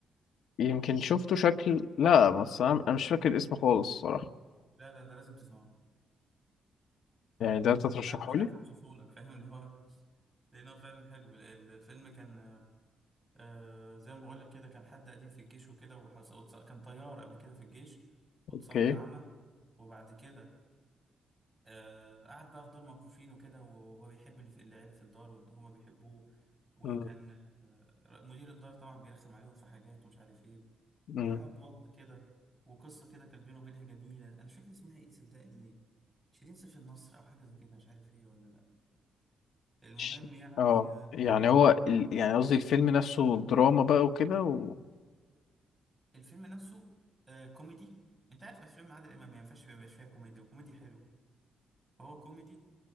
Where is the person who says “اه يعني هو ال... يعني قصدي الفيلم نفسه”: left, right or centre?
Left